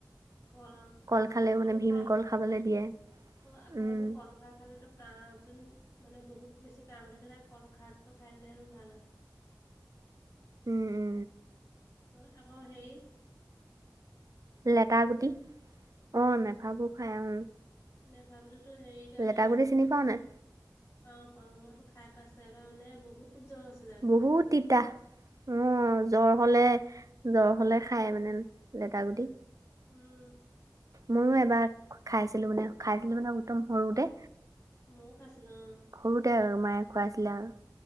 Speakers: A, on the left; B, on the right.
A: কল অ'।
B: কল খালেও
A: কলো
B: মানে ভীম
A: খাই
B: কল খাবলৈ দিয়ে উম।
A: অ', আকৌ হেনো কল খাৰ খালেতো কাহ যোন মানে বহুত বেছি কাহ হৈ থাকিলে কল খাৰটো খাই দিলে আৰু ভাল হয়।
B: উম উম
A: ক আকৌ সেই
B: লেত গুটি অ মেফাফো খাই অ
A: নে ভাবিতো হেৰি, কাৰণে
B: লেটা
A: আছিলে
B: গুটি চিনি পাওঁ নাই।
A: পাওঁ পাও মই সেইটো খাই পাইছো এবাৰ মানে বহুত জ্বৰ আ,
B: বহুত তিতা অ জ্বৰ হলে
A: চাৰি পাঁচ দিন উম,
B: জ্বৰ হলে খাই মানে লেটা গুটি
A: উম
B: ময়ো এবাৰ খাইছিলো মানে খাইছিলো মানে একদম সৰুতে
A: মৌ খাইছিলো অ
B: সৰুতে আৰু মায়ে খুৱাইছিলে আও